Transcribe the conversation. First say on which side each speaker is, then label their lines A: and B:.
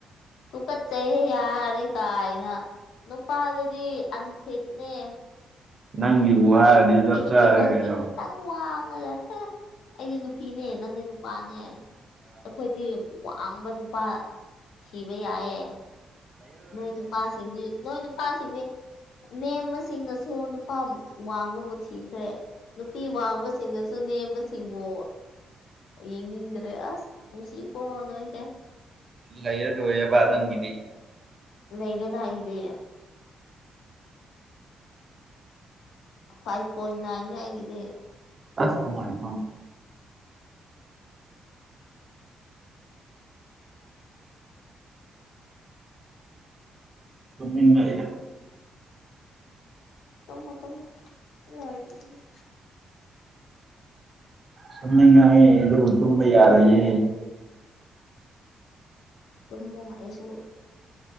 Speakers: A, on the left; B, on the right.
A: ꯇꯨꯀꯠꯆꯩꯍꯦ ꯌꯥꯔꯦ ꯀꯥꯏꯅ ꯅꯨꯄꯥꯗꯗꯤ ꯑꯟꯐꯤꯠ ꯅꯦ
B: ꯅꯪꯒꯤꯕꯨ ꯍꯥꯏꯔꯗꯤ ꯆꯞ
A: ꯑꯩꯉꯣꯟꯗꯒꯤ
B: ꯆꯥꯔꯦ ꯀꯩꯅꯣ
A: ꯈꯤꯇꯪ ꯋꯥꯡꯉꯒ ꯍꯥ ꯑꯩꯗꯤ ꯅꯨꯄꯤꯅꯦ ꯅꯪꯅ ꯅꯨꯄꯥꯅꯦ ꯑꯩꯈꯣꯏꯗꯤ ꯋꯥꯡꯕ ꯅꯨꯄꯥ ꯊꯤꯕ ꯌꯥꯏꯌꯦ ꯅꯣꯏ ꯅꯨꯄꯥꯁꯤꯡꯗꯤ ꯅꯣꯏ ꯅꯨꯄꯥꯁꯤꯡꯗꯤ ꯅꯦꯝꯕꯁꯤꯡꯅꯁꯨ ꯅꯨꯄꯥꯕꯨ ꯋꯥꯡꯕꯕꯨ ꯊꯤ ꯈ꯭ꯔꯦ ꯅꯨꯄꯤ ꯋꯥꯡꯕꯁꯤꯡꯅꯁꯨ ꯅꯦꯝꯕꯁꯤꯡꯕꯨ ꯌꯦꯡꯅꯤꯡꯗ꯭ꯔꯦ ꯑꯁ ꯅꯨꯡꯁꯤꯀꯣ ꯅꯣꯏꯁꯦ
B: ꯂꯩꯔꯔꯣꯏꯑꯕ ꯅꯪꯒꯤꯗꯤ
A: ꯂꯩꯔꯗꯥꯏ ꯑꯩꯒꯤ ꯐꯥꯏꯚ ꯄꯣꯏꯟ ꯅꯥꯏꯟꯅꯦ ꯑꯩꯒꯤꯗꯤ
B: ꯑꯁ ꯑꯣ ꯃꯥꯏ ꯒꯣ ꯇꯨꯝꯅꯤꯡꯔꯛꯑꯦꯍꯦ
A: ꯇꯨꯝꯃꯣ ꯇꯨꯝꯃꯣ ꯁꯤ ꯂꯣꯏꯔꯗꯤ ꯇꯨꯝꯃꯣ
B: ꯇꯨꯝꯅꯤꯡꯉꯛꯑꯦ ꯑꯗꯨꯕꯨ ꯇꯨꯝꯕ ꯌꯥꯔꯣꯏꯌꯦ
A: ꯇꯨꯝꯃꯣ ꯑꯩꯁꯨ